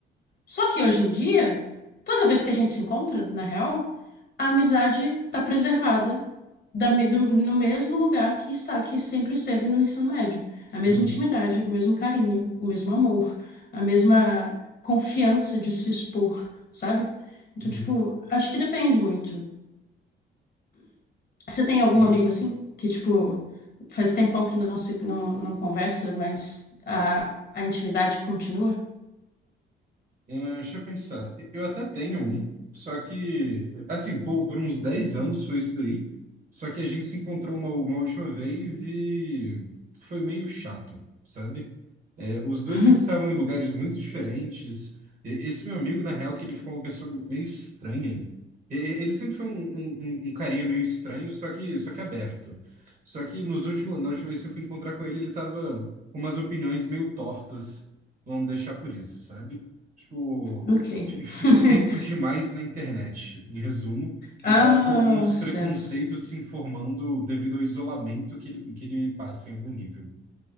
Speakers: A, on the left; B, on the right.
A: Só que hoje em dia, toda vez que a gente se encontra, na real, a amizade tá preservada da me- do- no mesmo lugar que está, que sempre esteve no ensino médio. A mesma
B: Uhum.
A: intimidade, o mesmo carinho, o mesmo amor, a mesma confiança de se expor, sabe? Então,
B: Uhum.
A: tipo, acho que depende muito. Você tem algum
B: Justo.
A: amigo assim? Que, tipo, faz tempão que não se não, não conversa, mas a, a intimidade continua?
B: Hum, deixa eu pensar. Eu até tenho um, só que, assim, por, por uns 10 anos foi isso daí. Só que a gente se encontrou uma, uma última vez e foi meio chato, sabe? É, os dois
A: <laughs>
B: eles estavam em lugares muito diferentes. E- Esse meu amigo, na real, que ele ficou uma pessoa meio estranha. E- e- Ele sempre foi um, um, um um carinha meio estranho, só que, só que aberto. Só que nos últimos, na última vez que eu fui encontrar com ele, ele tava com umas opiniões meio tortas. Vamos deixar por isso, sabe? Tipo,
A: Ok.
B: fi- ficou
A: <laughs>
B: tempo demais na internet, em resumo,
A: Ah,
B: e tava com alguns preconceitos
A: céus.
B: se informando devido ao isolamento que ele, que ele passa em algum nível.